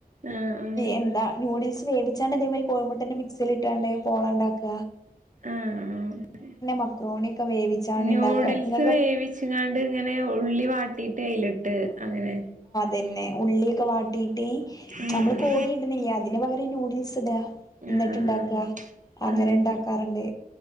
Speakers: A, on the right; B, on the left.
A: ആഹ് ആഹ്
B: എന്താ നൂഡിൽസ് വേവിച്ചാണ്ട് അതേമാതിരി കോഴി മുട്ടാന്റെ മിക്സിലിട്ടാണ്ട് പോളണ്ടാക്ക.
A: ആഹ്
B: മക്രോണിയൊക്കെ വേവിച്ചാണ്
A: ന്യൂഡിൽസ്
B: ഉണ്ടാക്കുക നിങ്ങൾക്ക്
A: വേവിച്ചങ്ങാൻണ്ട് ഇങ്ങനെ ഉള്ളി വാട്ടി ട്ടയിലിട്ട് അങ്ങനെ
B: തന്നെ ഉള്ളിയൊക്കെ വാട്ടി ട്ടി
A: ഉം
B: നമ്മള് കോഴി ഇടുന്നില്ലേ അതി അതിനു പകരം നൂഡിൽസ് ഇട്ക. എന്നിട്ട്
A: ഉം
B: ഇണ്ടാക്കുക അങ്ങനെ
A: ആഹ് ആഹ് ആഹ്
B: ഇണ്ടാക്കാറുണ്ട്.